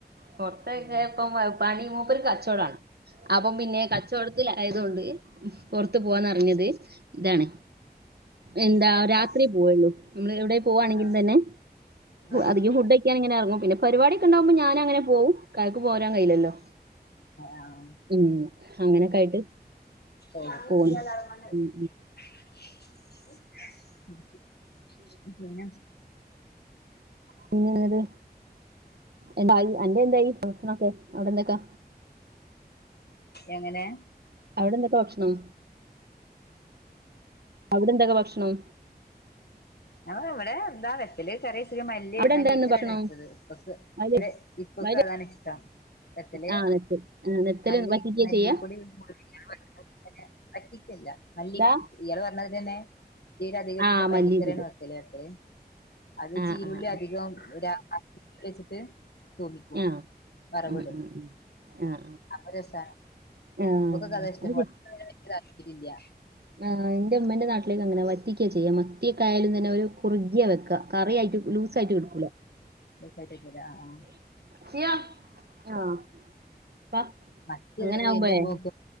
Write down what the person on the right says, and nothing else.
പൊറതൊക്കെപ്പം
പനി അപ്പ ഒരു കച്ചവടമാണ് അപ്പം പിന്നെ കച്ചവടത്തിൽ ആയതൊണ്ട് പുറത്തു പോവാന്നറിഞ്ഞത് ഇതാണ് എന്താ
രാത്രി പോവുള്ളൂ നമ്മള് എവിടെ പോവാണെങ്കിലിൽ
തന്നെ
അധികം ഫുഡ് ഴിക്കാൻ ഇങ്ങനെ ഇറങ്ങും പിന്നെ പരിപാടിയൊക്കെ ഇണ്ടാകുമ്പോ ഞാന് അങ്ങനെ പോവും ക്കായ്ക്ക് പോരാൻ കഴയില്ലല്ലോ
ഉം അങ്ങനൊക്കെ ആയിട്ട്
പോണു
ഉം.
പിന്നെ അത് എന്റായി അന്റെ എന്തായി ഭക്ഷണൊക്കെ അവിടെ എന്തൊക്ക
അവിടെ എന്തൊക്കെ ഭക്ഷണം അവിടെ എന്തൊക്കെ ഭക്ഷണം
അവിടെ
എന്തായിരുന്നു ഭക്ഷണം
വയല്
വയല്
ആ നെത്ത് ആ, നെത്തല്
വറ്റിക്കുക
ചെയ്യാ
ദാ
ആ
ഇതില്
ആ
ആ ആ
ആ
ഉം, ഉം, ഉം. ആ ആ
ആ,
അത് ശരി.
ആ എന്റെ ഉമ്മേന്റെ നാട്ടിലേക്ക് അങ്ങനെ വറ്റിക്കാ ചെയ്യാ മത്തിയൊക്കായാലും തന്നെ അവരു കുറുകിയാ വെക്കുക ലൂസ് ആയിട്ട് എടുക്കൂല
സിയ, ആ പ്പ
അങ്ങനെ
ആവുമ്പോഴേ